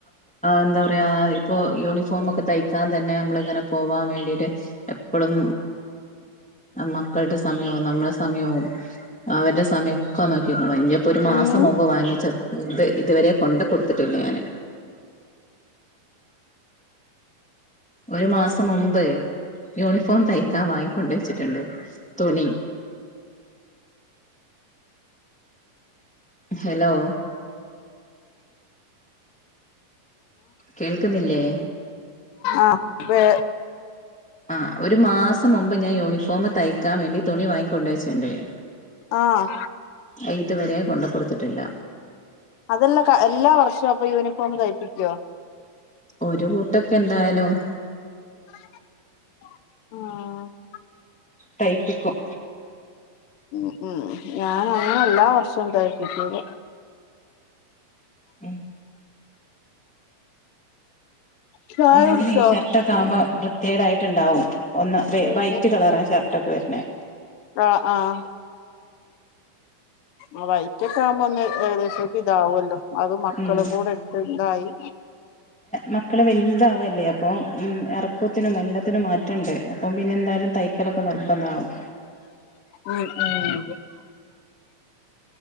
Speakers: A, in the centre; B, on the left.
A: എന്താ പറയാ ഇപ്പൊ യൂണിഫോമൊക്കെ തയ്ക്കാൻ തന്നെ നമ്മള് ഇങ്ങനെ പോവാൻ വേണ്ടിയിട്ട് എപ്പോഴും മക്കളുടെ സമയവും നമ്മളെ സമയവും അവരുടെ സമയ..... ഒക്കെ നോക്കിക്കോണു ഇനിയിപ്പോ ഒരു മാസം
B: ഉം
A: മുമ്പ് വാങ്ങിച്ച ഇ ഇതുവരെ കൊണ്ട് കൊടുത്തിട്ടില്ല ഞാന് ഒരു മാസം മുമ്പേ യൂണിഫോം തയ്ക്കാൻ വാങ്ങിക്കൊണ്ട് വെച്ചിട്ടുണ്ട് തുണി ഹലോ..... കേൾക്കുന്നില്ലേ....
B: ആഹ ഇപ്പേ
A: ആഹ് ഒരു മാസം മുമ്പ് ഞാ യൂണിഫോം തയ്ക്കാൻ വേണ്ടി തുണി വാങ്ങിക്ക കൊണ്ടുവെച്ചു
B: ആഹ്
A: അതുവരെ കൊണ്ട കൊടുത്തിട്ടില്ല
B: അതെല്ലാം എല്ലാ വർഷവും അപ്പൊ യൂണിഫോം തയ്പപ്പിക്കുവോ
A: ഒരു കൂട്ടൊക്കെ എന്തായാലും......
B: ആഹ
A: തൈപ്പിക്കും.....
B: ഉ ഉം ഞാൻ അങ്ങനെ എല്ലാ വർഷവും തയ്പ്പിക്കൂല
A: എ.....
B: ചായ
A: ഒന്നെങ്കിലും
B: കുടിച്ചോ
A: ഈ ഷർട്ടൊക്കെ ആകുമ്പോ വൃത്യേടായിട്ട്ണ്ടാവും. ഒന്ന്
B: ഉം
A: വൈറ്റ് കളർ ആ ഷർട്ട് ഒക്കെ വരണേ......
B: ആഹ ആഹ...... ആ വൈറ്റ ഒക്കെ ആവുമ്പോ ഒന്ന് ഏകദേശം. ഇതാവല്ലോ അത് മക്കള
A: ഉം
B: കൂടെ ഇട്ട് ഇണ്ടായി...
A: മക്കൾ വലുതാവല്ലേ അപ്പോൾ ഇറക്കത്തിനും എല്ലത്തിനും മാറ്റണ്ട് അപ്പം പിന്നെ എന്തായാലും..... തൈക്കലൊക്കെ നിർബന്ധ വാവും.....
B: ഉം ഉം......